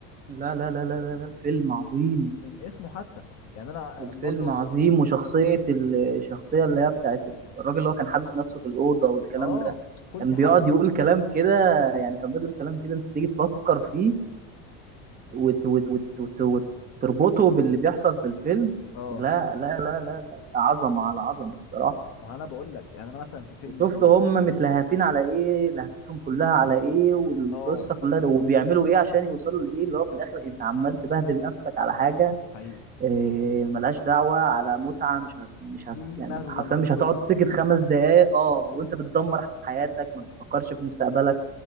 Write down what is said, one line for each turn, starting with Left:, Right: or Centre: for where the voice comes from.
Right: لا لا لا لا لا لا الفيلم عظيم
Left: من اسمه حتى يعني انا
Right: الفيلم
Left: برضو
Right: عظيم وشخصية ال- الشخصية اللي هي بتاعت الراجل اللي هو كان حابس نفسه في الأوضة والكلام
Left: اه
Right: ده
Left: كل
Right: كان
Left: حاجه
Right: بيقعد يقول كلام كده يعني كان بيقعد يقول كلام كده انت تيجي تفكر فيه وت وت وت وت وتربطه باللي بيحصل في الفيلم
Left: اه
Right: لا لا لا لا لا عظمة على عظمة الصراحة
Left: ما انا بقول لك يعني انا مثلا في فيلم
Right: وشفت
Left: اسمه
Right: هم متلهفين على ايه لهفتهم كلها على ايه والقصة
Left: اه
Right: كلها ده وبيعملوا ايه عشان يوصلوا لايه اللي هو في الاخر انت عمال تبهدل نفسك على حاجة
Left: حقيقي
Right: إيه ملهاش دعوة على متعة مش هت مش هت
Left: في
Right: يعني
Left: مغزى
Right: حرفيا
Left: من
Right: مش
Left: القصه
Right: هتقعد سكت خمس دقايق اه وانت بتدمر حياتك ما بتفكرش في مستقبلك